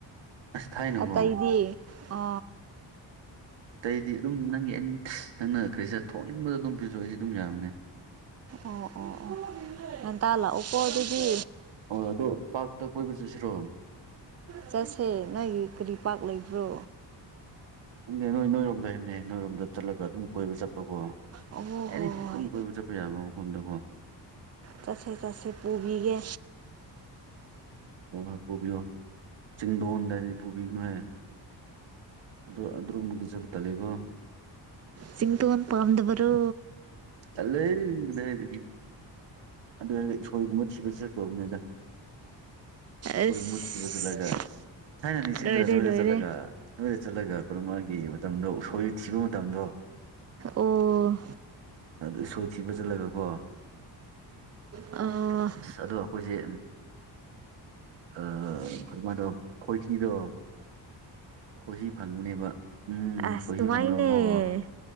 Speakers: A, on the right (about 75°); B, on the right (about 35°).
A: ꯑꯁ ꯊꯥꯏꯅꯀꯣ
B: ꯑꯇꯩꯗꯤ ꯑ
A: ꯑꯇꯩꯗꯤ ꯑꯗꯨꯝ ꯅꯪꯒꯤ ꯑꯦꯅꯤ ꯅ ꯪꯅ ꯀꯔꯤ ꯊꯣꯛꯅꯤꯡꯕꯗꯨ ꯑꯗꯨꯝ ꯄꯤꯖꯧ ꯑꯩꯁ ꯑꯗꯨꯝ ꯌꯥꯕꯅꯦ
B: ꯑꯣ ꯑꯣ ꯑꯣ ꯉꯦꯟꯇꯥ ꯂꯥꯛꯎꯀꯣ ꯑꯗꯨꯗꯤ
A: ꯑꯣ ꯑꯗꯣ ꯄꯥꯔꯇ ꯀꯣꯏꯕ ꯆꯠꯁꯤꯔꯣ
B: ꯆꯠꯁꯦ ꯅꯣꯏꯒꯤ ꯀꯔꯤ ꯄꯥꯛ ꯂꯩꯕ꯭ꯔꯣ
A: ꯈꯪꯗꯦ ꯅꯣꯏ ꯅꯣꯏꯔꯣꯝꯗ ꯂꯩꯕꯅꯦ ꯅꯣꯏꯔꯣꯝꯗ ꯆꯠꯂꯒ ꯑꯗꯨꯝ ꯀꯣꯏꯕ ꯆꯠꯄꯀꯣ
B: ꯑꯣ ꯍꯣ
A: ꯑꯦꯅꯤ
B: ꯍꯣꯏ
A: ꯑꯗꯨꯝ ꯀꯣꯏꯕ ꯆꯠꯄ ꯌꯥꯕ ꯃꯐꯝꯗꯀꯣ
B: ꯆꯠꯁꯦ ꯆꯠꯇꯁꯦ ꯄꯨꯕꯤꯒꯦ
A: ꯄꯨꯕꯤꯔꯣ ꯄꯨꯕꯤꯔꯣ ꯆꯤꯡꯗꯣꯟꯗꯗꯤ ꯄꯨꯕꯤꯒꯅꯨꯍꯦ ꯑꯗꯨ ꯑꯗꯨꯝꯃꯨꯛꯇ ꯆꯠꯄ ꯇꯠꯂꯦꯀꯣ
B: ꯆꯤꯡꯗꯣꯜ ꯄꯥꯝꯗꯕꯔꯣ
A: ꯇꯜꯂꯦꯍꯦ ꯀꯗꯥꯏꯗꯒꯤ ꯑꯗꯣꯏ ꯎꯁꯣꯏꯒꯨꯝꯕ ꯊꯤꯕ ꯆꯠꯇꯧꯅꯤꯗꯥ
B: ꯑꯁ
A: ꯑꯩꯈꯣꯏ ꯃꯨꯠ ꯊꯤꯕ ꯆꯠꯂꯒ ꯊꯥꯏꯅ ꯅꯤꯡꯁꯤꯡꯗ꯭ꯔ
B: ꯂꯣꯏꯔꯦ
A: ꯅꯣꯏꯗ
B: ꯂꯣꯏꯔꯦ
A: ꯆꯠꯂꯒ ꯅꯣꯏꯗ ꯆꯠꯂꯒ ꯈꯨꯔ ꯃꯥꯒꯤ ꯃꯇꯝꯗꯣ ꯎꯁꯣꯏ ꯊꯤꯕ ꯃꯇꯝꯗꯣ
B: ꯑꯣ
A: ꯎꯁꯣꯏꯊꯤꯕ ꯆꯠꯂꯒ ꯀꯣ
B: ꯑ
A: ꯑꯗꯣ ꯑꯩꯈꯣꯏꯁꯦ ꯑ ꯑꯩꯈꯣꯏ ꯃꯥꯗꯣ ꯈꯣꯍꯤꯗꯣ ꯈꯣꯏꯍꯤ ꯐꯪꯕꯅꯦꯕ ꯎꯝ
B: ꯑꯁ
A: ꯈꯣꯏꯍꯤ
B: ꯅꯨꯡꯉꯥꯏꯅꯦ
A: ꯐꯪꯅꯕꯀꯣ